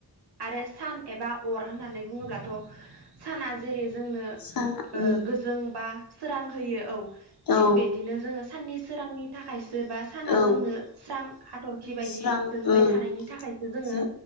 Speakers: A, on the right; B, on the left.
A: आरो ए सान एबा अर होननानै बुङोब्लाथ' साना जेरै जोंनो
B: सा
A: ओ
B: उम
A: गोजों बा सोरां होयो औ। थिग
B: औ
A: बिदिनो जोङो साननि सोरांनि थाखायस जोबा साना
B: औ
A: जोंनो स्रां हाथ'रखि बायदि
B: स्रां
A: जोंबाय
B: उम
A: थानायनि थाखायसो जोङो
B: जों